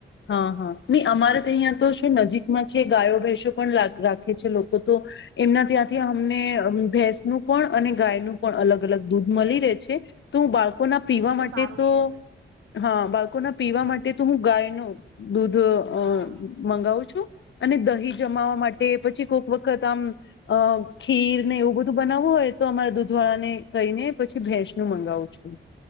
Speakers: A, on the left; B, on the right.
A: હા હા નહી અમારે તો અહંયા તો શું નજીકમાં છે ગાયો ભેસો પણ રાખે છે લોકો તો એમના ત્યાંથી અમને ભેંસનું પણ અને ગાયનું પણ અલગ અલગ દૂધ મળી રહે છે તો હું બાળકોના પીવા
B: કેટલું
A: માટે
B: સારું
A: તો
B: છે
A: હા બાળકોના પીવા
B: તમને
A: માટે તો હું ગાય ન દુધ
B: હા
A: અ મંગાવું છું અને દહી જમાવા માટે પછી કોઈક વખત આમ અ ખીર ને એવું બધું બનાવવું હોય તો અમારા દૂધવાળા ને કહીને પછી ભેંસ નું મંગાવું છું